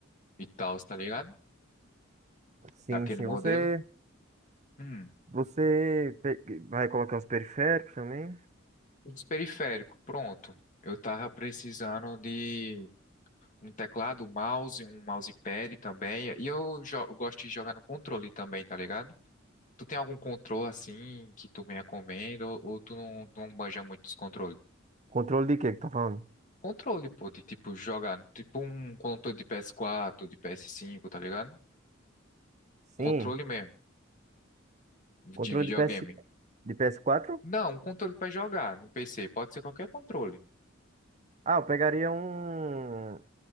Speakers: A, on the left; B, on the right.
A: e tal, tá ligado?
B: Sim,
A: Daquele
B: sim.
A: modelo.
B: Você,
A: Hum,
B: você pe- vai colocar os periféricos também?
A: os periféricos, pronto. Eu tava precisando de um teclado, um mouse, um mousepad também. E eu, jo- eu gosto de jogar no controle também, tá ligado? Tu tem algum controle assim que tu me recomenda ou, ou tu não, não manja muito os controles?
B: Controle de quê que tá falando?
A: Controle, pô, de tipo jogar, tipo um controle de PS4, de PS5, tá ligado?
B: Sim.
A: Controle mesmo, de
B: Controle
A: videogame.
B: de PS, de PS4?
A: Não, um controle pra jogar no PC, pode ser qualquer controle.
B: Ah, eu pegaria um,